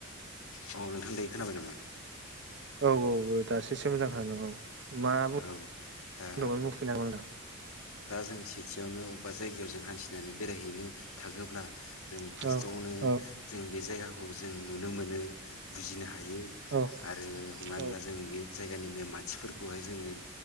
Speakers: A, on the left; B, on the right.
A: अ नोंथां दै खोनाबाय नामा।
B: औ औ औ दासोसो एसे मोजां खोनादों औ मा बु
A: औ दा
B: <unintelligible> दोंमोन बुफिनो
A: दा जों सेथियावनो अबेबा जायगायाव जों हान्थिनानै बेरायहैनो थाङोब्ला जों
B: नोंथां
A: फार्स्टआवनो
B: औ औ
A: जों बे जायगाखौ जों नुनो मोनो बुजिनो हायो। थायो
B: औ
A: आरो हमनानै
B: औ
A: ला जों बे जायगानिनो मानसिफोरखौहाय जोङो